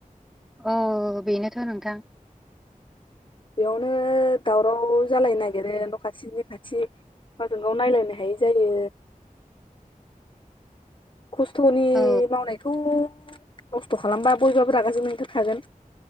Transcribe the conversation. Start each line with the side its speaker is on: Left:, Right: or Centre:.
Centre: औ बेनोथ' नोंथां
Left: बेयावनो दावराव जालायनो नागिरो न' खाथिनि खाथि गावजों गाव नायलायनो हायै जायो खस्थ'नि
Centre: औ
Left: मावनायखौ खस्थ' खालामबा बयबाबो रागा जोंनायनिथ' थागोन